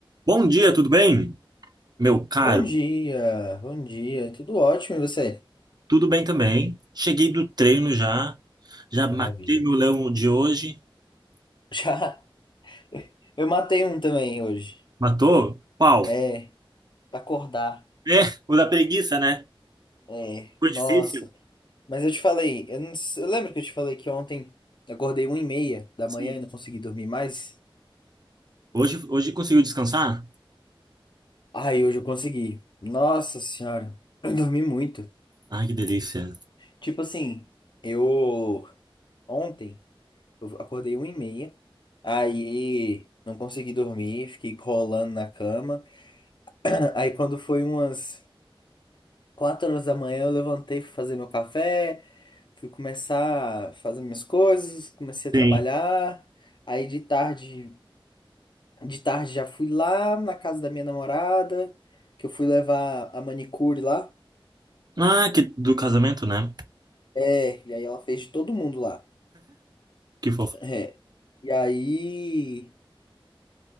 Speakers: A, on the right; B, on the left.
A: Bom dia, tudo bem? Meu caro,
B: Bom dia, bom dia, tudo ótimo e você?
A: tudo bem também. Cheguei do treino já, já matei
B: Maravilha.
A: meu leão de hoje.
B: Já <laughs> eu matei um também hoje.
A: Matou? Qual?
B: É, pra acordar.
A: É, o da preguiça, né?
B: É,
A: Foi
B: nossa.
A: difícil?
B: Mas eu te falei, eu, não, s- eu lembro que eu te falei que ontem eu acordei uma e meia da
A: Sim.
B: manhã e não consegui dormir mais.
A: Hoje, hoje conseguiu descansar?
B: Ai, hoje eu consegui. Nossa senhora, eu dormi muito.
A: Ai, que delícia.
B: Tipo assim, eu ontem eu acordei uma e meia, aí não consegui dormir, fiquei rolando na cama. <clears throat> Aí quando foi umas quatro horas da manhã, eu levantei, fui fazer meu café, fui começar a fazer minhas coisas, comecei a
A: Sim.
B: trabalhar. Aí de tarde, de tarde já fui lá na casa da minha namorada, que eu fui levar a manicure lá.
A: Ah, que do casamento, né?
B: É, e aí ela fez de todo mundo lá.
A: Que fofo.
B: É. E aí,